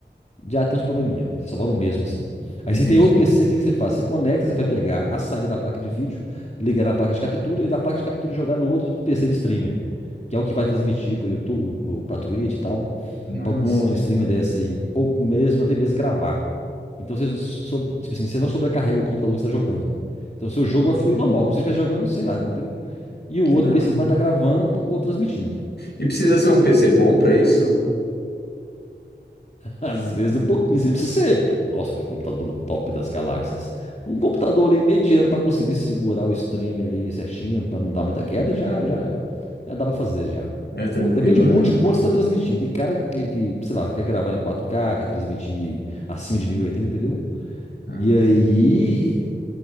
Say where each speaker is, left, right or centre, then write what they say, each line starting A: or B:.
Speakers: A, on the left; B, on the left.
A: já tem uns probleminha. Você só vai no mesmo, assim. Aí
B: entendi.
A: você tem outro PC, o que que você faz? Você conecta, você vai pegar a saída da placa de vídeo, ligar na placa de captura e da placa de captura jogar no outro PC de streamer. Que é o que vai transmitir pro YouTube, pro, pra Twitch e tal,
B: Nossa,
A: pra algum streamer dessa aí. Ou mesmo, até mesmo gravar. Então você, sob- tipo assim, você não sobrecarrega o computador que você tá jogando. Então seu
B: hum,
A: jogo vai fluir normal, como se você estivesse jogando sem nada, entendeu? E o
B: que
A: outro
B: da
A: PC
B: hora.
A: vai estar gravando ou transmitindo.
B: E precisa ser um PC bom pra isso?
A: Às vezes um pouquinho, assim, não precisa ser. Nossa, que computador top das galáxias. Um computador ali mediano para conseguir segurar o stream ali certinho, para não dar muita queda, já, já, já dá para fazer já.
B: É tranquilo,
A: Depende muito
B: né?
A: de quanto você está transmitindo. Tem cara que, que, sei lá, quer gravar em 4K, quer transmitir de- acima de mil e oitenta entendeu?
B: Ah,
A: E aí